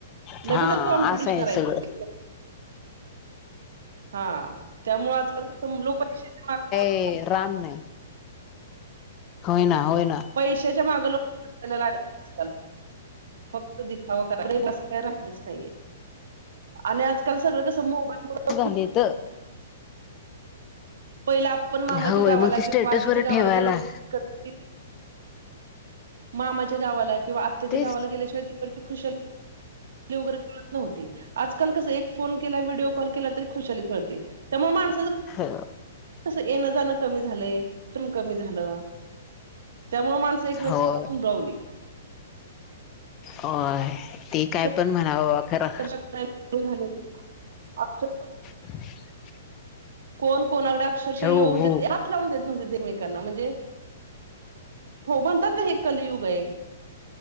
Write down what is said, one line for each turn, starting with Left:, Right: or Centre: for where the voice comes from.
Left: हा
Right: लगेचचं कॉम्पिटिशन
Left: असं आहे
Right: करायचं.
Left: सगळं
Right: हा... त्यामुळं.. आजकाल लोक कशी <unintelligible>
Left: हे राम नाई. होय ना... होय ना.
Right: पैशाच्या मागं लोकं... धावायला लागल्यात... आजकाल. फक्त दिखावा करायचा.... प्रेम असं काय राहिलंच नइये. आणि आजकाल सगळं कसं मोबाईलमुळं <unintelligible>
Left: लेतं.
Right: पहिलं आपण... मामाच्या
Left: होय
Right: गावाला...
Left: मग ते
Right: किंवा
Left: स्टेटस
Right: आजीच्या
Left: वर
Right: गावाला
Left: ठेवायला
Right: गेलं कि कधी... मामाच्या गावाला किंवा आत्त्याच्या
Left: तेच
Right: गावाला गेल्याशिवाय तिकडची खुशा हाली वगैरे कळतं नव्हती... आज काल कसं... एक फोन केला... व्हिडिओ कॉल केला तरी खुशाली कळती. त्यामुळे माणसाचं
Left: हो.
Right: तसं... येणं जाणं कमी झालंय... प्रेम कमी झालं. त्यामुळे... माणसं एकमेकांपासून
Left: होय
Right: दुरावली.
Left: होय. ते
Right: अक्षरशः
Left: काय पण म्हणा बाबा... खरं
Right: <unintelligible>
Left: <inaudible>
Right: कोण कोणाकडे अक्षरशः
Left: हो
Right: येऊन
Left: हो
Right: देत... हात लावून देत नव्हते... एकमेकांना... म्हणजे हो... म्हणतात ना... हे कलयुग ए.